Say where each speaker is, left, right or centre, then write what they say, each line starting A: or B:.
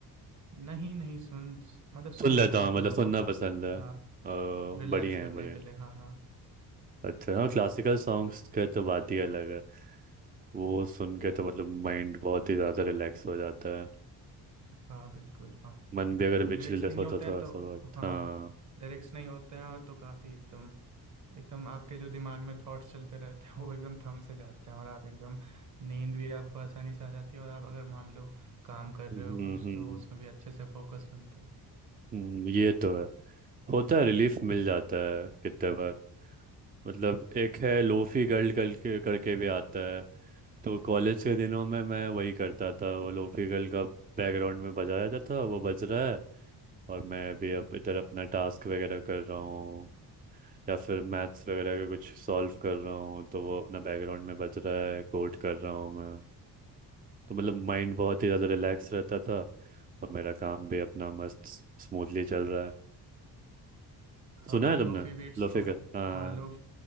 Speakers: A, on the right (about 45°); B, on the right (about 25°).
A: नहीं नहीं सुन मतलब सुन
B: सुन लेता
A: लेता हूँ
B: हूँ मतलब
A: थोड़ा
B: सुनना
A: बहुत
B: पसंद है
A: हाँ
B: ओ,
A: रिलैक्स
B: बढ़िया
A: करने
B: है बढ़िया
A: के
B: है।
A: लिए हाँ हाँ
B: अच्छा हाँ क्लासिकल सॉन्ग्स का तो बात ही अलग है वो सुन के तो मतलब माइंड बहुत ही ज़्यादा रिलैक्स हो जाता है
A: हाँ बिल्कुल हाँ
B: मन
A: हाँ
B: भी अगर विचलित
A: लिरिक्स भी नहीं
B: होता
A: होते
B: थोड़ा
A: हैं तो
B: सा बहुत
A: हाँ
B: हाँ
A: हाँ लिरिक्स नहीं होते हैं और तो काफी एकदम एकदम आपके जो दिमाग में थॉट्स चलते रहते हैं वो एकदम थम से जाते हैं और आप एकदम नींद भी आपको आसानी से आ जाती है और आप अगर मान लो काम कर रहे
B: हम्म
A: हो कुछ
B: हम्म
A: तो उसमें भी अच्छे से फोकस बनते हैं
B: हम्म, ये तो है होता है रिलीफ मिल जाता है कितने बार मतलब एक है लोफी गर्ल कल के करके भी आता है तो कॉलेज के दिनों में मैं वही करता था वो लोफी गर्ल का बैकग्राउंड में बजाया जाता था वो बज रहा है और मैं अभी अब इधर अपना टास्क वगैरह कर रहा हूँ या फिर मैथ्स वगैरह का कुछ सॉल्व कर रहा हूँ तो वो अपना बैकग्राउंड में बज रहा है कोड कर रहा हूँ मैं तो मतलब माइंड बहुत ही ज़्यादा रिलैक्स रहता था और मेरा काम भी अपना मस्त स्मूथली चल रहा है
A: हाँ
B: सुना
A: हाँ
B: है
A: लोफी
B: तुमने
A: बीट्स
B: लोफी
A: तो मैं
B: गर्ल हाँ
A: हाँ लो